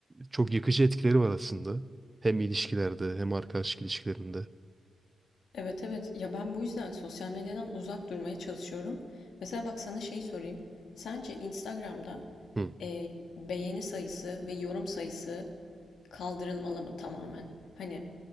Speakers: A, on the right; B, on the left.
A: çok yıkıcı etkileri var aslında. Hem ilişkilerde hem arkadaşlık ilişkilerinde.
B: Evet evet ya ben bu yüzden sosyal medyadan uzak durmaya çalışıyorum. Mesela bak sana şey sorayım. Sence Instagram'da
A: Hı.
B: e, beğeni sayısı ve yorum sayısı kaldırılmalı mı tamamen? Hani